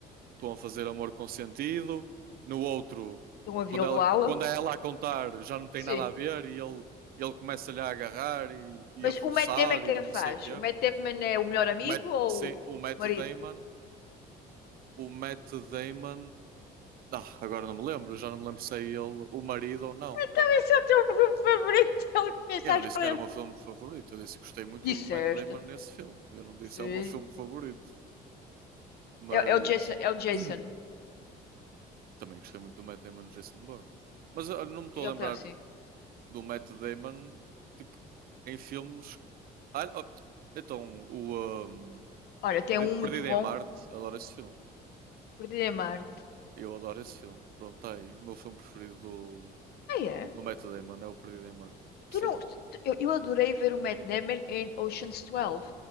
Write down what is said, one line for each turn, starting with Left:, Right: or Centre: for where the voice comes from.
Right: estão a fazer amor consentido. No outro,
Left: estão a violá-la.
Right: quando ela, quando é ela a contar, já não tem
Left: Sim.
Right: nada a ver e ele, ele começa-lhe a agarrar e, e
Left: Mas
Right: a forçar
Left: o Matt Damon quem
Right: e não
Left: faz?
Right: sei o quê.
Left: O Matt Damon é o melhor amigo
Right: O Matt,
Left: ou
Right: sim,
Left: o
Right: o Matt
Left: marido?
Right: Damon, o Matt Damon, ah, agora não me lembro, já não me lembro se é ele o marido ou não.
Left: <laughs> Esse é o teu filme favorito. <laughs> Ele começa
Right: Eu
Left: a
Right: não
Left: escolher.
Right: disse que era o meu filme favorito, eu disse que gostei muito
Left: Disseste.
Right: do Matt Damon nesse filme. Eu não disse
Left: Sim.
Right: é o meu filme favorito, mas
Left: É, é o Jason. É o Jason.
Right: <clears throat> também gostei muito do Matt Damon no Jason Bourne. Mas eu não me estou
Left: Ele
Right: a lembrar,
Left: tem, sim.
Right: do Matt Damon, tipo, em filmes. Ah, oh, então, o um,
Left: Olha, tem
Right: Perdi-
Left: um muito
Right: Perdido
Left: bom.
Right: em Marte, adoro esse filme.
Left: Perdido em Marte.
Right: Eu adoro esse filme. Pronto, tá aí. O meu filme preferido do,
Left: Ah, é?
Right: do Matt Damon é o Perdido em Marte. Sim.
Left: Tu não... tu- Eu, eu adorei ver o Matt Damon em Ocean's 12.